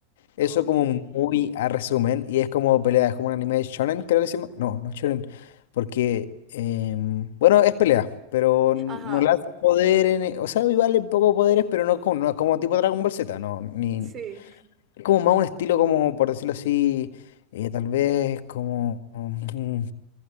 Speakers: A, on the left; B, on the right.
A: Eso
B: ok.
A: como muy a resumen y es como pelea, es como un anime de shonen, creo que se llama. No, no shonen, porque em, bueno, es pelea, pero no
B: Ajá,
A: lanza poder en, o sea, igual un poco poderes, pero no como no es como tipo Dragon Ball Z, no, ni
B: sí. <laughs>
A: es como más un estilo como, por decirlo así, eh, tal vez como, mm,